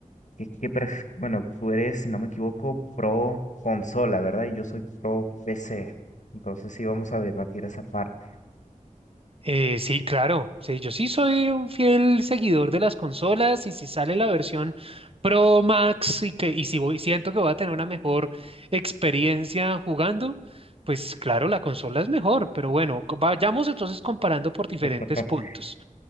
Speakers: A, on the left; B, on the right.
A: que, qué pref- bueno, tú eres, si no me equivoco, pro consola, ¿verdad? Y yo soy pro PC. Entonces sí vamos a debatir esa parte.
B: Eh, sí, claro, sí, yo sí soy un fiel seguidor de las consolas y si sale la versión Pro Max y que y si voy, siento que voy a tener una mejor experiencia jugando, pues claro, la consola es mejor, pero bueno, co- vayamos entonces comparando por diferentes
A: <laughs>
B: puntos.